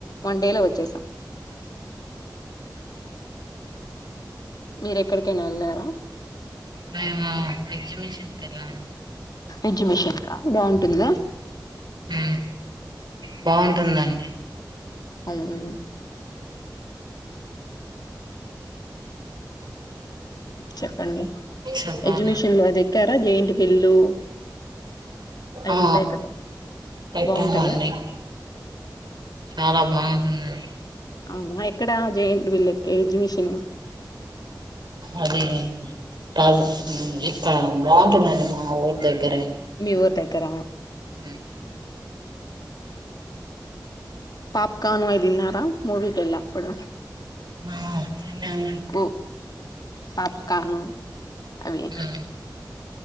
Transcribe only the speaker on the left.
వన్డేలో వచ్చేసాం మీరు ఎక్కడికైనా ఏళ్ళారా
ఎక్సిబిషన్క బాగుంటుందా
అవున చెప్పండి
ఎడ్యుకేషన్ లో అది ఎక్కారా జయింటి బిళ్ళు అవి
ఉంటయి కదా
బాగుంటయా
అవున ఎక్కడ జాయింట్ ఎగ్జిమిషన్
మీ ఊరు దగ్గర
పాప్కార్న్ మీ తిన్నారా మూవీకిళ్లాప్పుడు
కు పాపకాను అవి